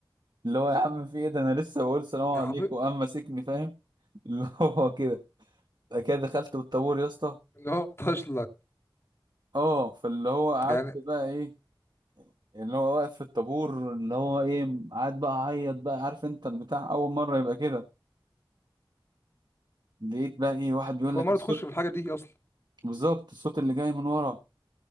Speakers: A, on the right (about 55°); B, on the left (about 30°).
A: اللي هو يا عم في ايه ده انا لسه بقول سلام عليكم
B: يا حبيبي
A: وقام ماسكني فاهم <laughs> اللي هو كده كده دخلت بالطابور يا اسطى
B: اللي هو طاش لك
A: اه فاللي هو قعدت
B: يعني
A: بقى ايه اللي هو واقف في الطابور اللي هو ايه قعد بقى اعيط بقى عارف انت البتاع اول مره يبقى كده لقيت بقى ايه واحد بيقول
B: هو
A: لك
B: مرة
A: الصوت
B: تخش في الحاجة دي اصلا
A: بالظبط الصوت اللي جاي من ورا